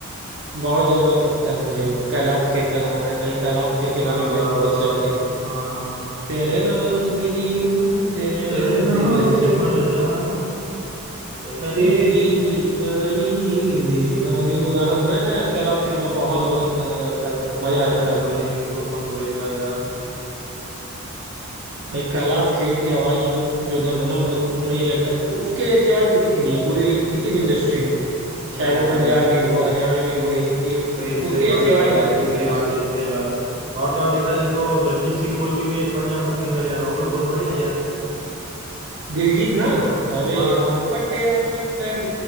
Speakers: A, on the right; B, on the right.
A: बहुत जबरदस्त लगता है मुझे वो कैलाश खेर का गाना है कहीं कैलाश खेर के
B: हाँ
A: गाने मुझे
B: बराबर
A: बहुत अच्छे
B: बराबर
A: लगते हैं
B: हाँ हाँ हाँ
A: तेरे नाम से जी लूं तेरे नाम
B: तेरे नाम
A: से मर
B: पे
A: जाऊं
B: मर जाऊं ऐसा ही
A: तेरी
B: ना
A: दीवानी दीवानी वो गाना सुना है ना यार कैलाश खेर का बहुत जबरदस्त गाना गाता है
B: सुनाई
A: मजा आ
B: सुनाई
A: जाता है सुन
B: भाई
A: के
B: उसको कौन बोलेगा यार
A: भाई कैलाश खेर की आवाज में तो जो दम है ना मतलब वो- मुझे लगता है कि उसके जैसी आवाज किसी की नहीं है पूरे इन- किसी भी इंडस्ट्री में
B: नहीं
A: चाहे
B: नहीं
A: वो
B: भाई
A: पंजाबी हो हरियाणवी हो हिंदी हो
B: सही सही
A: उसके
B: बात
A: जैसी आवाज
B: है भाई
A: नहीं
B: आपकी
A: किसी
B: सही
A: के पास
B: बात है सही बात है और तो और देखा जाए तो दलजीत सिंह बोल के भी एक पंजाब का सिंगर यार वो भी बहुत बढ़िया है यार
A: दिलजीत ना अरे
B: हाँ
A: यार पटियाला पैग